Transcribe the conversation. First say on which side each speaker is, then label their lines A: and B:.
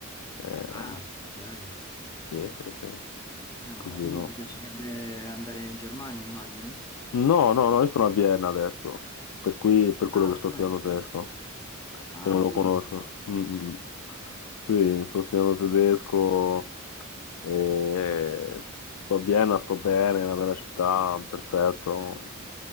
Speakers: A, on the left; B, on the left.
A: Ehm,
B: Ah, ok.
A: sì, sì, sì.
B: Meno
A: Quindi
B: male. Quindi
A: no.
B: ti piacerebbe andare in Germania, immagino?
A: No, no, no, io sono a Vienna adesso, per cui per quello
B: Ah,
A: che
B: ok.
A: sto studiando tedesco,
B: Ah,
A: che non lo
B: figo.
A: conosco. Mm, mm. mm. Sì, sto studiando tedesco, e sto a Vienna, sto bene, è una bella città, perfetto,